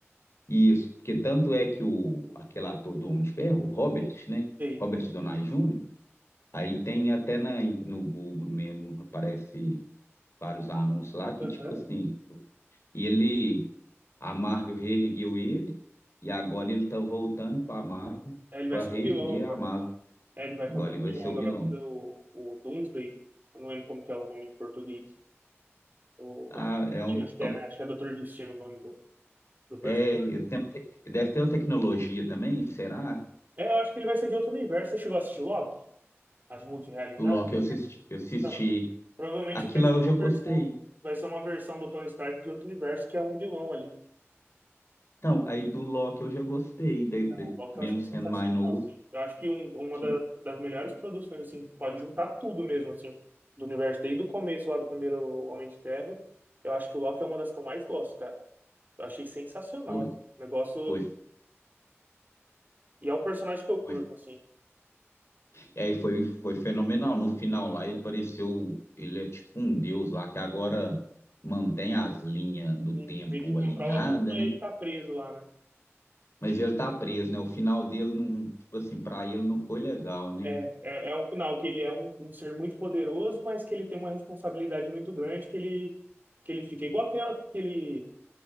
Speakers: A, on the left (about 65°); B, on the right (about 40°).
A: isso, porque tanto é que o, aquele ator do Homem de Ferro, o Robert, né?
B: Ei,
A: Robert Downey Jr., aí tem até na, no Google mesmo, aparece vários anúncios lá que,
B: aham.
A: tipo assim, e ele, a Marvel reergueu ele, e agora ele tá voltando pra Marvel,
B: Aí ele vai
A: pra
B: ser
A: reerguer
B: o vilão agora.
A: a Marvel.
B: Aí ele vai
A: Agora
B: fazer um
A: ele vai
B: vilão,
A: ser o
B: agora
A: vilão.
B: vai fazer o, o Doomsday. Eu não lembro como que é o nome em português. O
A: Ah,
B: Destino,
A: é um,
B: acho que
A: é
B: é,
A: um,
B: né? Acho que é Doutor Destino o nome do, do personagem.
A: É, eu tenho- te- deve ter uma tecnologia também, será?
B: É, eu acho que ele vai ser de outro universo. Você chegou a assistir Loki? As multirrealidades
A: O Loki eu assisti, eu assisti.
B: então Provavelmente
A: Aquilo
B: vai ser
A: lá eu já
B: uma
A: gostei.
B: versão. Vai ser uma versão do Tony Stark de outro universo que é um vilão ali.
A: Então, aí do Loki eu já gostei, de- de-
B: O Loki
A: mesmo
B: eu achei
A: sendo
B: sensacional.
A: mais novo.
B: assim. Eu acho que um- uma
A: tipo,
B: da- das melhores produções, assim, pode juntar tudo mesmo, assim, do universo, desde o começo lá do primeiro Homem de Ferro. Eu acho que o Loki é uma das que eu mais gosto, cara. Eu achei sensacional,
A: foi,
B: assim. O negócio.
A: foi,
B: E é um personagem que eu curto,
A: foi.
B: assim.
A: É, foi, foi fenomenal. No final lá ele pareceu, ele é tipo um deus lá que agora mantém as linhas do
B: Sim,
A: tempo
B: meio que controla
A: alinhada,
B: tudo, mas
A: né?
B: ele tá preso lá, né?
A: Mas ele tá preso, né? O final dele não, tipo assim, pra ele não foi legal, né?
B: É, é, é um final que ele é um, um ser muito poderoso, mas que ele tem uma responsabilidade muito grande, que ele, que ele fica igual aquele, aquele,